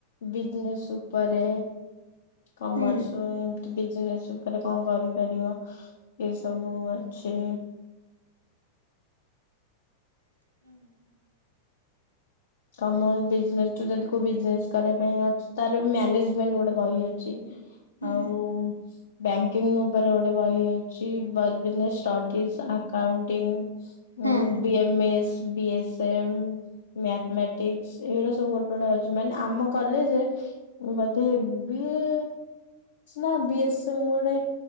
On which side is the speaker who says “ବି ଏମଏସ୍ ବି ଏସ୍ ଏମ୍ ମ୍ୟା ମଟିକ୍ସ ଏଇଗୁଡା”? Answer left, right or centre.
Left